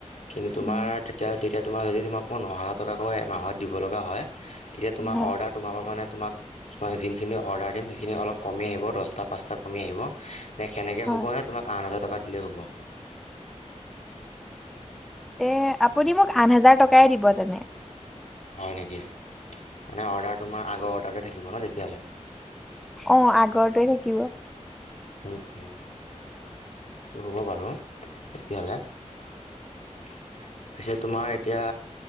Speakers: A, on the left (about 70°); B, in the centre.
A: কিন্তু তোমাৰ
B: উম
A: তেতিয়া তেতিয়া তোমাৰ যদি তোমাক নহেজাৰ টকাকৈ এ মাহত দিব লগা হয়। তেতিয়া তোমাৰ
B: হয়
A: অৰ্ডাৰ তোমাৰ পৰা মানে তোমাক তোমাক যোনখিনি অৰ্ডাৰ দিম সেইখিনি অলপ কমি আহিব দহটা পাঁচটা কমি আহিব নে সেনেকৈ
B: হয়
A: হ'ব ন তোমাক আঠ হাজাৰ টকা দিলেই হ'ব।
B: এ আপুনি মোক আঠ হাজাৰ টকাই দিব তেনে
A: হয় নেকি, মানে অৰ্ডাৰটো তোমাৰ আগৰ অৰ্ডাৰটো থাকিব ন তেতিয়াহ'লে
B: অ আগৰটোৱে থাকিব।
A: উম উম, হ'ব বাৰু তেতিয়াহ'লে তাৰপিছত তোমাৰ এতিয়া